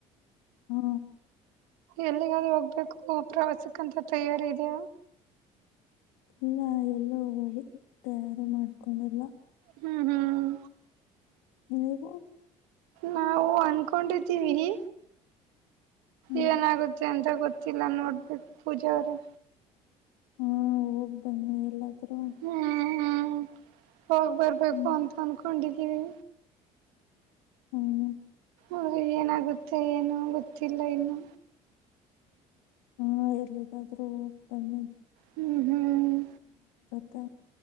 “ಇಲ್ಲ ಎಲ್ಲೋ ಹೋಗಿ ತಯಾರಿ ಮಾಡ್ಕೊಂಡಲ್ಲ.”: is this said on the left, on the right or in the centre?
Left